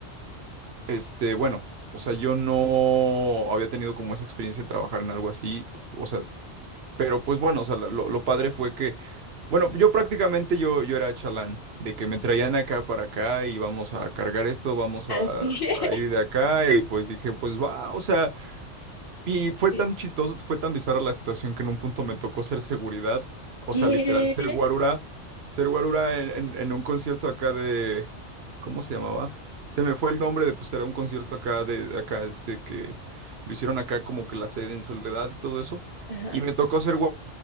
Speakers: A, on the right (about 60°); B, on the left (about 20°).
A: Este, bueno, o sea, yo no había tenido como esa experiencia de trabajar en algo así, o sea, pero pues bueno, o sea, la- lo, lo padre fue que, bueno, yo prácticamente yo, yo era chalán, de que me traían acá para acá y vamos a cargar esto, vamos
B: Así
A: a,
B: es.
A: a ir de acá y pues dije, pues va, o sea, y fue
B: <laughs>
A: tan chistoso, fue tan bizarra la situación que en un punto me tocó ser seguridad, o
B: ¿Qué?
A: sea, literal, ser guarura, ser guarura en, en- en un concierto acá de, ¿cómo se llamaba? Se me fue el nombre de, pues era un concierto acá de, acá este, que lo hicieron acá como que la sede en Soledad y todo eso,
B: Ajá.
A: y me tocó ser gua-